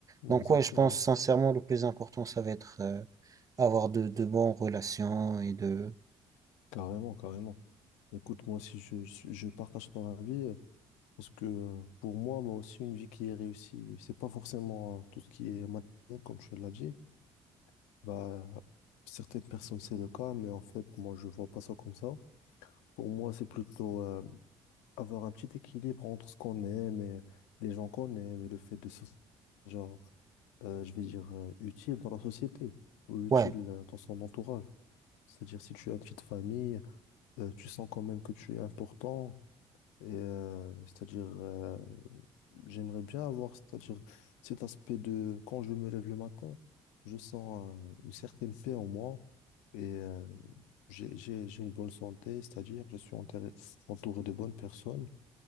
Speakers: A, on the right; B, on the left.
A: donc,
B: exactement.
A: ouais, je pense sincèrement le plus important, ça va être euh, avoir de, de bonnes relations et de...
B: Carrément, carrément. Écoute, moi aussi, je, je je partage ton avis euh, parce que euh, pour moi, moi aussi, une vie qui est réussie, c'est pas forcément euh, tout ce qui est matériel, comme tu l'as dit. Bah, certaines personnes, c'est le cas, mais en fait, moi, je vois pas ça comme ça. Pour moi, c'est plutôt euh, avoir un petit équilibre entre ce qu'on aime et les gens qu'on aime et le fait de se sentir, genre, euh, je vais dire, euh, utile dans la société ou utile
A: Ouais,
B: euh, dans son entourage. C'est-à-dire, si tu as une petite famille, euh, tu sens quand même que tu es important. Et euh, c'est-à-dire, euh, J'aimerais bien avoir, c'est-à-dire cet aspect de quand je me lève le matin, je sens euh, une certaine paix en moi et euh, j'ai, j'ai, j'ai une bonne santé, c'est-à-dire je suis enterré- entouré de bonnes personnes